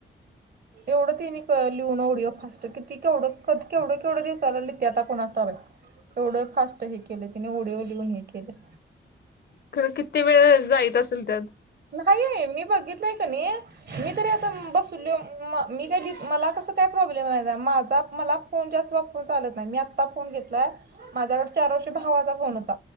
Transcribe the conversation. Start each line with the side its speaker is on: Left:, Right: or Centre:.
Right: एवढं ति लिहून आवढिओ फास्ट कि त केवढ कध केवढं केवढं दिचारलािे आता कोणा ठवा एवढ फास्ट हे केले तिने ओढ ओलिवून हे केले
Left: ख किती वेळ जायत असेल त्यात
Right: काय आहे मी बघितलंय का नाही मी तरी आता बसूनल म मी काही मला कस काय प्रॉब्लेम आहे माझा मला फोन जास्त वापर चालत नाही मी आत्ता फोन घेतलाय माझ्याकडे चार वर्ष भावाचा फोन होता